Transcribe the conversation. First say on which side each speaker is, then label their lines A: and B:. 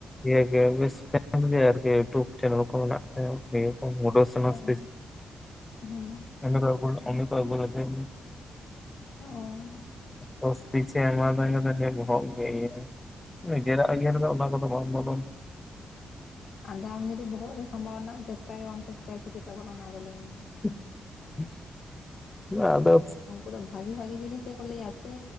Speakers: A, on the left (about 15°); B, on the left (about 65°).
A: ᱤᱭᱟᱹ ᱜᱮ ᱵᱮᱥ ᱜᱮ ᱟᱨ ᱠᱤ ᱭᱩᱴᱩᱵᱽ ᱪᱮᱱᱮᱞ ᱠᱚ ᱢᱮᱱᱟᱜᱼᱟ ᱢᱩᱰᱟᱹ ᱥᱚᱱᱚᱥ
B: ᱦᱩᱸ ᱦᱩᱸ
A: <unintelligible> <unintelligible>
B: ᱚ
A: ᱫᱚᱥ ᱯᱤᱪᱷᱤ ᱮᱢᱟ ᱟᱫᱟ ᱮᱜᱟᱛᱮ ᱵᱚᱦᱚᱜ ᱜᱮ ᱤᱭᱟᱹ ᱱᱤᱡᱮᱨᱟᱜ ᱤᱭᱟᱹ ᱨᱮ ᱫᱚ ᱚᱱᱟ ᱫᱚ ᱛᱚ ᱵᱟᱢ ᱵᱚᱞᱚᱱ
B: ᱟᱫᱚ ᱟᱢ ᱡᱩᱫᱤ ᱵᱚᱦᱚᱜ ᱨᱮ ᱥᱟᱢᱵᱟᱣ ᱨᱮᱱᱟᱜ ᱪᱮᱥᱴᱟ ᱜᱮ ᱵᱟᱢ ᱪᱮᱥᱴᱟᱭᱟ ᱪᱤᱠᱟᱹ ᱛᱮ ᱵᱚᱞᱚᱱᱟ ᱟᱫᱚ ᱞᱟᱹᱭ ᱢᱮ ᱢᱟ
A: <unintelligible> ᱟᱫᱚ
B: ᱩᱱᱠᱩ ᱫᱚ ᱵᱷᱟᱜᱤ ᱵᱷᱟᱜᱤ ᱡᱤᱱᱤᱥ ᱜᱮ ᱠᱚ ᱞᱟᱹᱭ ᱟᱥᱮ